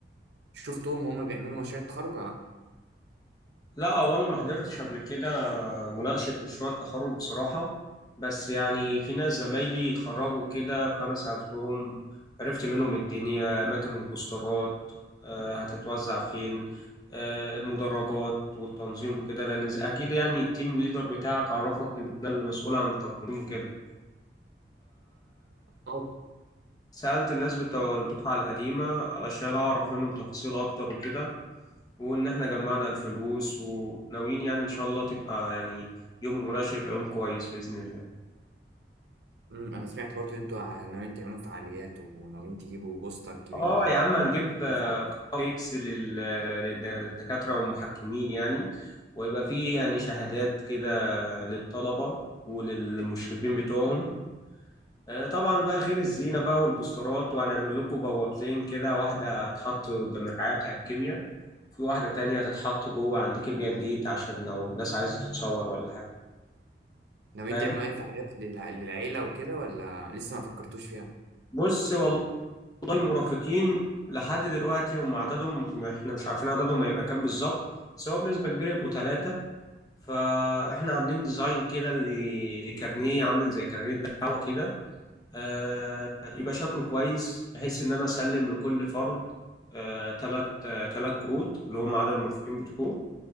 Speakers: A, on the right (about 75°); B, on the left (about 20°).
A: شفتهم وهم بيعملوا مشاريع تخرج ولا لا
B: لا هو انا ما حضرتش قبل كده مناقشة مشروع التخرج بصراحة بس يعني في ناس زمايلي اتخرجوا كده فأنا سألتهم عرفت منهم الدنيا أماكن البوسترات آه، هتتوزع فين آه، المدرجات والتنظيم وكده لأن ز- أكيد يعني التيم ليدر بتاعك عرفك إن أنا اللي مسؤول عن التنظيم وكده
A: اه
B: سألت الناس بتوع الدفعة القديمة علشان أعرف منهم تفاصيل أكتر وكده وإن إحنا جمعنا الفلوس وناويين يعني إن شاء الله تبقى يعني يوم المناقشة يبقى يوم كويس بإذن الله
A: أمم، انا سمعت برضه انتوا ع- ناويين تعملوا فعاليات وناويين تجيبوا بوستر كبير
B: آه
A: لل-
B: يا عم هنجيب
A: للدفعه
B: آه، كيكس لل- للد- للدكاترة والمحكمين يعني ويبقى فيه يعني شهادات كده للطلبة وللمشرفين بتوعهم آه، طبعا بقى غير الزينة بقى والبوسترات وهنعمل لكم بوابتين كده واحدة هتتحط قدام الرعاية بتاع الكيمياء في واحدة تانية هتتحط جوه عند كيمياء جديد عشان لو الناس عايزة تتصور ولا حاجة
A: ناويين
B: فاهم؟
A: تعملوا اي فعاليات للع- للعيله وكده ولا لسه ما فكرتوش فيها
B: بص والله والله المرافقين لحد دلوقتي هم عددهم احنا مش عارفين عددهم هيبقى كام بالظبط بس هو بنسبة كبيرة يبقوا ثلاثة فاحنا عاملين ديزاين كده ل- لكارنيه عامل زي كارنيه دعوة كده آه يبقى شكله كويس بحيث ان انا اسلم لكل فرد آه ثلاث آه ثلاث كروت اللي هم عدد المرافقين بتوعه